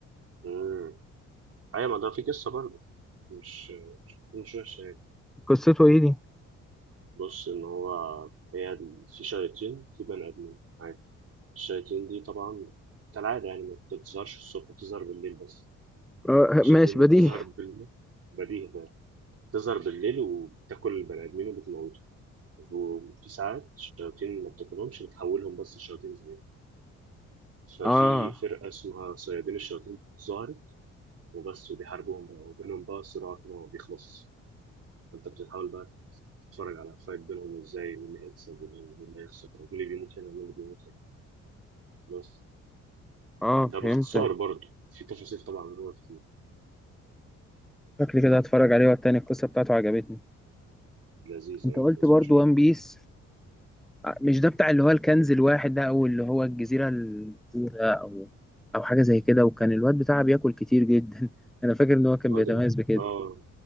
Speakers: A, on the right (about 50°); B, in the centre.
A: مم. ايوه ما ده في قصه برضه مش مش مش وحشه يعني
B: قصته ايه دي
A: بص ان هو هي ال- في شياطين في بني ادمين عادي الشياطين دي طبعا كالعاده يعني ما بتظهرش الصبح بتظهر بالليل بس
B: آه
A: الشياطين
B: ماشي
A: دي
B: بديهي
A: بتظهر بالليل بديهي ده بتظهر بالليل وبتاكل البني ادمين وبتموته وفي ساعات الشياطين ما بتاكلهمش بتحولهم بس لشياطين زيهم ففي
B: اه
A: فرقه اسمها صيادين الشياطين ظهرت وبس وبيحاربوهم بقى وبينهم بقى صراع كده ما بيخلصش فانت بتحاول بقى تتفرج على فايت بينهم ازاي مين اللي هيكسب وده مين اللي هيخسر ومين اللي بيموت هنا ومين اللي بيموت هنا بس
B: اه
A: ده
B: فهمت
A: باختصار برضه في تفاصيل طبعا جوه كتير
B: شكلي كده هتفرج عليه والتاني القصة بتاعته عجبتني
A: لذيذ
B: انت
A: يعني
B: قلت
A: لازم
B: برضو
A: تشوف
B: وان بيس مش ده بتاع اللي هو الكنز الواحد ده او اللي هو الجزيرة الأولى او او حاجة زي كده وكان الواد بتاعها بياكل كتير جدا <laughs> انا فاكر ان هو كان
A: الواد
B: بيتميز
A: ال-
B: بكده
A: اه